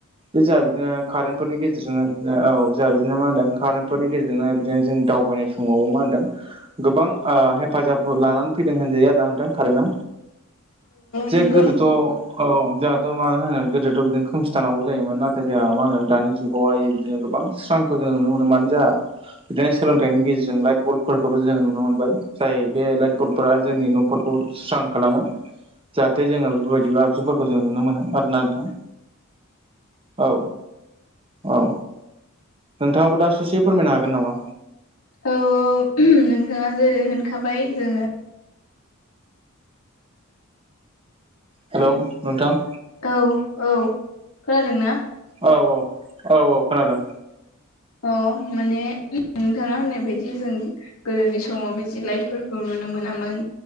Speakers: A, on the right; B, on the left.
A: बे जाहा बिदिनो कारेन्टफोरनि गेजेरजोंनो औ जोंहा बिदिनो मा होनदों कारेन्टफोरनि गेजेरना बिदिनो जों दावबायनाय समावबो मा होनदों गोबां ओ हेफाजाब लानानै फैदों होनजायो आरो ना नोंथां कारेन्टआ जे
B: नंगौ
A: गोदोथ' औ जोंहाथ' मा होनो गोदोथ' बिदिनो खोमसि थानांगौ जायोमोन नाथाय जोंहा मा होनो दानि जुगावहायो बिदिनो गोबां स्रांखौ जोङो नुनो मोनो मानो जोंहा बिदिनो सोलोंथाइनि गेजेरजों लाइट बलफोरखौबो जोङो नुनो मोनबाय। जाय बे लाइट बलफोरा जोंनि न'फोरखौ सुस्रां खालामो जाहाथे जोङो बेफोरबायदिबो आगजुफोरखौ जों नुनो मोनो आरो नांथां। औ औ नोंथाङाबो दा ससे फोरमायनो हागोन नामा?
B: औ औ नोंथाङा जेरै होनखाबाय जोङो
A: हेलौ नोंथां?
B: औ औ खोनादों ना?
A: औ औ औ औ खोनादों।
B: अ माने नोंथाङा होननाय बायदि जों गोदोनि समाव बिदि लाइटफोरखौ नुनो मोनामोन